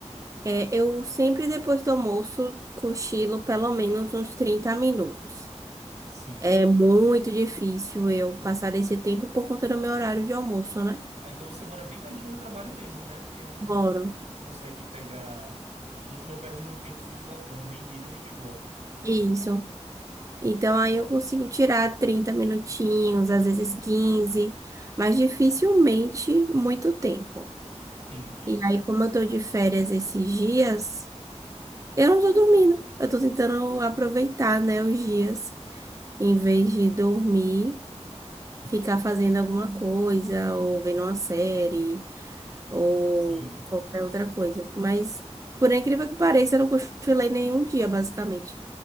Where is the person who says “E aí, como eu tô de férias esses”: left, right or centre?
Right